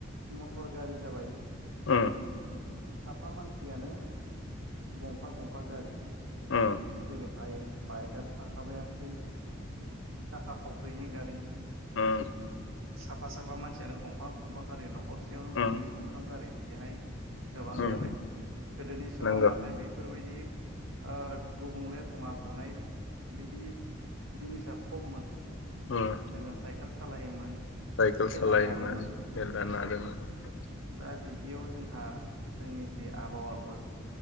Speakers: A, on the right (about 85°); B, on the left (about 65°).
A: मटर गारि जाबाय।
B: ओम
A: साफा मानसियानो गंफा गंफा गारि
B: उम
A: जेरैहाय बाइकआथ' थाखाबायानोसै <unintelligible> साखा खब्रैनि गारि
B: ओय
A: साफा साफा मानसियानो गंफा गंफा गारि न'खरसेयावनो गंनै
B: उम
A: गंथाम गारि बिदिहाय गोबां
B: उम
A: जाबाय गोदोनि समाव
B: नंगौ
A: नाथाय बेफोरबायदि ओ गुबुंले थङा गुनाय बिदि जिनिसा खममोन
B: उम
A: जोङो साइकेल सालायोमोन
B: साइकेल
A: थेला
B: सालायोमोन
A: नारोमोन
B: मेरला नारोमोन
A: दा बिदियाव जोंहा जोंनि जि आबहावाफोर